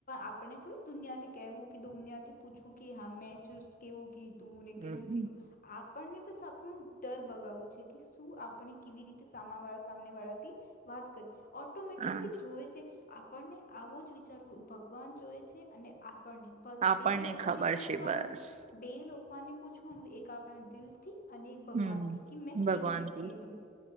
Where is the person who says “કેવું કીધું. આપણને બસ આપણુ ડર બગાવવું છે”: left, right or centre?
Left